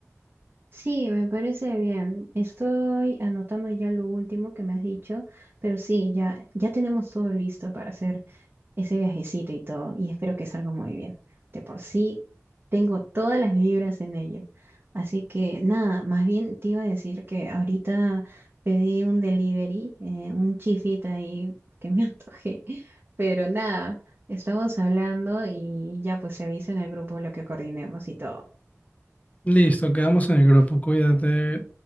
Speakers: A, on the right (about 45°); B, on the left (about 30°).
A: Sí, me parece bien. Estoy anotando ya lo último que me has dicho, pero sí, ya, ya tenemos todo listo para hacer ese viajecito y todo, y espero que salga muy bien. De por sí, tengo todas las vibras en ello. Así que nada, más bien te iba a decir que ahorita pedí un delivery, eh, un chifita ahí que me <laughs> antojé, pero nada, estamos hablando y ya pues se avisa en el grupo lo que coordinemos y todo.
B: Listo, quedamos en el grupo, cuídate.